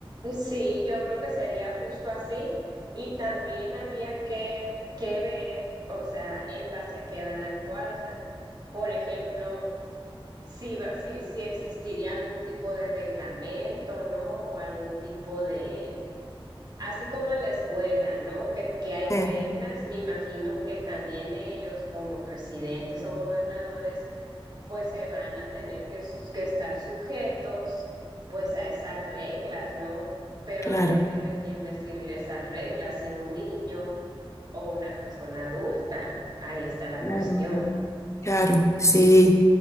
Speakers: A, on the right; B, on the left.
A: sí, yo creo que sería justo así y también habría que, que ver, o sea, en base a qué van a actuar, o sea, por ejemplo, si, va- si, si existiría algún tipo de reglamento, ¿no? O algún tipo de... Así como en la escuela, ¿no? Que, que hay reglas,
B: Eh,
A: me imagino que también ellos, como presidentes o gobernadores, pues se van a tener que, s- que estar sujetos, pues a esas reglas, ¿no? Pero
B: claro,
A: habría que ver quién va a escribir esas reglas, si un niño o una persona adulta. Ahí está la
B: claro,
A: cuestión.
B: claro, sí,